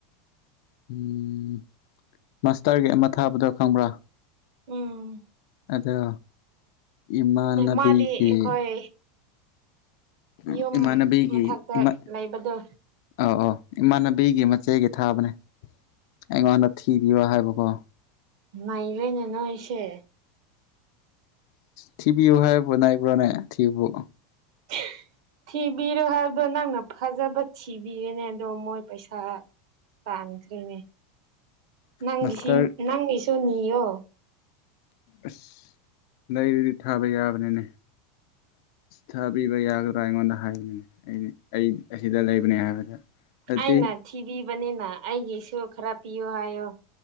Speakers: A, on the left; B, on the right.
A: ꯎꯝ ꯃꯁꯇꯔꯒꯤ ꯑꯃ ꯊꯥꯕꯗꯣ ꯈꯪꯕ꯭ꯔꯥ
B: ꯎꯝ
A: ꯑꯗꯣ ꯏꯃꯅꯕꯤꯒꯤ
B: ꯃꯥꯗꯤ ꯑꯩꯈꯣꯏ
A: ꯎ
B: ꯌꯨꯝ
A: ꯏꯃꯥꯟꯅꯕꯤꯒꯤ
B: ꯃꯊꯛꯇ
A: ꯏꯃ
B: ꯂꯩꯕꯗꯣ
A: ꯑ ꯑ ꯏꯃꯥꯟꯅꯕꯤ ꯕꯤꯒꯤ ꯃꯆꯦꯒꯤ ꯊꯥꯕꯅꯦ ꯑꯩꯉꯣꯟꯗ ꯊꯤꯕꯤꯌꯣ ꯍꯥꯏꯕꯀꯣ
B: ꯅꯩꯔꯦꯅꯦ ꯅꯣꯌꯁꯦ
A: ꯊꯤꯕꯤꯌꯨ ꯍꯥꯏꯕ꯭ꯔꯣ ꯅꯩꯕꯔꯣꯅꯦ ꯊꯤꯕꯨ
B: <unintelligible> ꯊꯤꯕꯤꯔꯣ ꯍꯥꯏꯕꯗꯣ ꯅꯪꯅ ꯐꯖꯕ ꯊꯤꯕꯤꯔꯦꯅꯦ ꯑꯗꯣ ꯃꯣꯏ ꯄꯩꯁꯥ ꯇꯥꯟꯈ꯭ꯔꯦꯅꯦ ꯅꯪꯒꯤꯁꯤ
A: ꯃꯁꯇꯔ
B: ꯅꯪꯒꯤꯁꯨ ꯅꯤꯌꯣ
A: ꯑꯁ ꯂꯩꯗꯨꯗꯤ ꯊꯥꯕ ꯌꯥꯕꯅꯤꯅꯦ ꯊꯥꯕꯤꯕ ꯌꯥꯒꯗ꯭ꯔꯥ ꯑꯩꯉꯣꯟꯗ ꯍꯥꯏꯕꯅꯦ ꯑꯩ ꯑꯁꯤꯗ ꯂꯩꯕꯅꯦ ꯍꯥꯏꯕꯗ ꯑꯗꯨꯗꯤ
B: ꯑꯩꯅ ꯊꯤꯕꯤꯕꯅꯤꯅ ꯑꯩꯒꯤꯁꯨ ꯈꯔ ꯄꯤꯌꯨ ꯍꯥꯏꯌꯣ